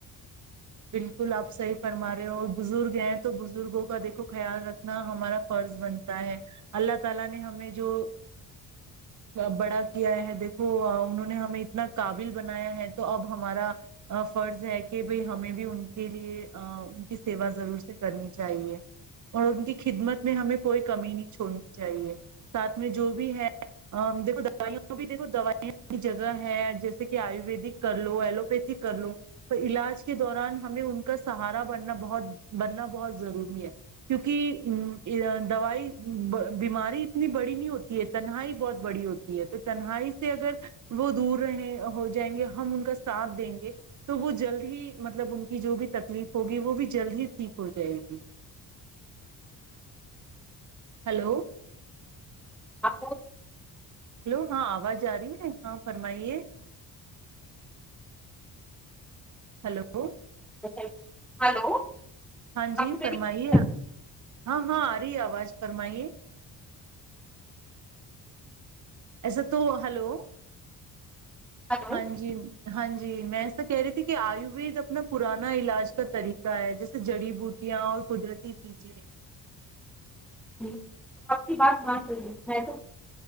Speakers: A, on the right; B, in the centre.
A: بالکل آپ صحیح فرما رہے اور بزرگ ہیں تو بزرگوں کا دیکھو خیال رکھنا ہمارا فرض بنتا ہے اللہ تعالی نے ہمیں جو بڑا کیا ہے دیکھو انہوں نے ہمیں اتنا قابل بنایا ہے تو اب ہمارا فرض ہے کہ بھائی ہمیں بھی ان کے لیے ان کی سیوا ضرور سے کرنی چاہیے اور ان کی خدمت میں ہمیں کوئی کمی نہیں چھوڑنی چاہیے ساتھ میں جو بھی ہے دیکھو دو بھی دیکھو دویاں کی جگہ ہے جیسے کہ آیویدک کر لو ایلوپیتھ کر لو پر علاج کے دوران ہمیں ان کا سہارا بننا بہت بننا بہت ضروری ہے کیونکہ دوائی بیماری اتنی بڑی نہیں ہوتی ہے تنہائی بہت بڑی ہوتی ہے تو تنہائی سے اگر وہ دور رہے ہو جائیں گے ہم ان کا ساتھ دیں گے تو وہ جلد ہی مطلب ان کی جو بھی تکلیف ہوگی وہ بھی جلد ہی ٹھیک ہو جائے گی ہلو
B: آپ
A: ہلو ہاں آواز آ رہی ہاں فرمائیے ہلو
B: ات <unintelligible> ہلو
A: ہاں
B: آپ
A: جی
B: کو میری
A: فرمائی
B: بات
A: ہے
B: آ رہی
A: ہاں ہاں آ رہی ہے آواز فرمائیے ایسا تو <unintelligible> ہلو
B: ہے؟ ہلو
A: ہاں جی ہاں ج جی میں ایسا کہہ رہی تھی کہ آیوروید اپنا پرانا علاج کا طریقہ ہے جیسے جڑی بوٹیاں اور قدرتی چیزیں
B: جی آپ کی بات معات کریے میں تو